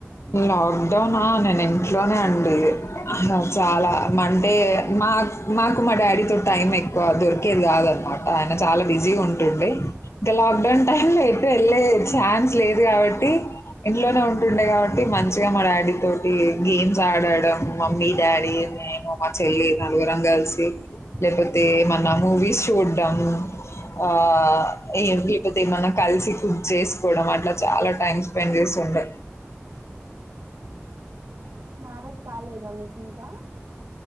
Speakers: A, on the left; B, on the right.
A: లాక్డౌనా నేను ఇంట్లోనే అండి న చాలా అంటే మా మాకు మా డాడీ తో టైం ఎక్కువ దొరుకు కేది కాదనమాట ఆయన చాలా బిజీగా ఉంటుండే. ఇంక లాక్ డౌన్ టైమ్ లో ఎట్ వెళ్లే ఛాన్స్ లేదు కాబట్టి ఇంట్లోనే ఉంటుండే కాబట్టి మంచిగా మా డాడీ తోటి గేమ్స్ ఆడడం మమ్మీ డాడీ నేను, మా చెల్లి నలుగురంగలిసి లేపోతే మన మూవీస్ చూడంము. ఆ ఏ లేకపోతే ఏమన్నా కలిసి కుక్ చేసుకోవడం అట్లా చాలా టైమ్స్ స్పెండ్ చేసుండే
B: మ్యారేజ్ కాలేదా మీకు ఇంకా